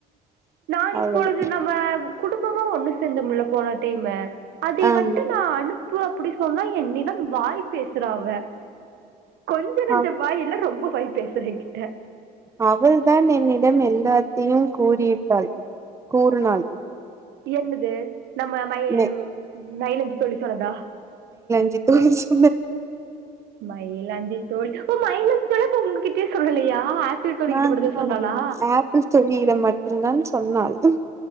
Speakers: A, on the right; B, on the right.
A: நான் இப்பொழுது
B: அவள்
A: நம்ம குடும்பமா ஒண்ணு ந்த முள்ள போன டைம்ல அதை
B: ஆம்
A: வந்துட்டு நான் அனுப்புல அப்புடி சொன்னாள் என்னிடம் வாய் பேசுறவ கொஞ்சம் நஞ்சம்
B: அவ்
A: வாயல்ல ரொம்ப வாய் பேசு செரிங்க
B: அவள்தான் என்னிடம் எல்லாம் எல்லாத்தையும் கூறிவிட்டாள் கூறினாள்
A: என்னது நம்ம மயி
B: மெ
A: மயிலாஞ்சு தோழி சொன்னதா
B: இப்ப
A: மயிலாஞ்சி தோல் ஓ மயிலாஞ்சி தோழி போங்க கிட்டே சொல்லலையா ஆப்பிள் தோழி கிட்ட
B: ஆஹ்ஹ
A: மட்டுந்தா சொன்னாளா
B: ஆப்பிள் தோழியிடம் மட்டும் தான் சொன்னாள்